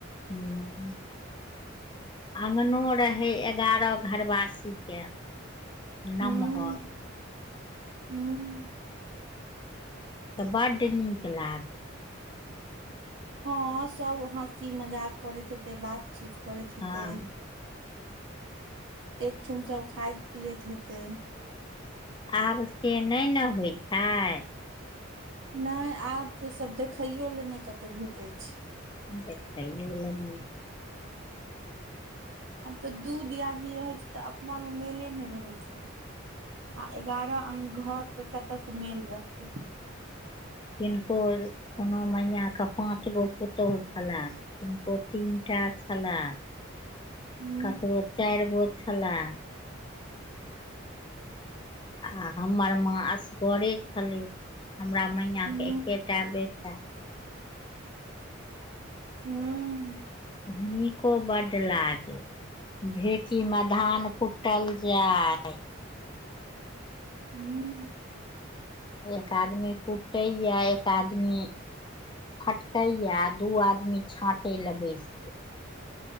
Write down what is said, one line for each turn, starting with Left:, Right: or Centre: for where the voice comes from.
Left: हूँ अङ्गनो रहै एगारह घरवासीके
Right: हूँ
Left: नमहर
Right: हूँ
Left: तऽ बड्ड निक लागै
Right: हँ सब हँसी मजाक करैत हेते बातचीत करैत हेते
Left: हँ
Right: एकठम सब खायत पियैत हेतै
Left: आब से नहि ने होइत छै
Right: नहि आब से सब देखैयो लए नहि कतहु भेटै छै
Left: छ बल
Right: आब तऽ दू दियादनी रहै छै तऽ अपनामे मेले नहि रहैत छै आ एगारह अं घरसँ पर कतऽ से मेल रहतै
Left: किनको कोनो मैयके पाँच गो पुतोहु छलय ओ तीनटा छलय
Right: हूं
Left: ककरो चारि गो छलाह आ हमर माँ असगरे छली हमरा मैइयां
Right: हूं
Left: के एकेटा बेेटा
Right: हूँ
Left: नीको बड्ड लागे ढेकी मे धान कुटल जाय
Right: हूँ
Left: एक आदमी कुटैए एक आदमी फटकैया दू आदमी छाँटे ल बैस गेल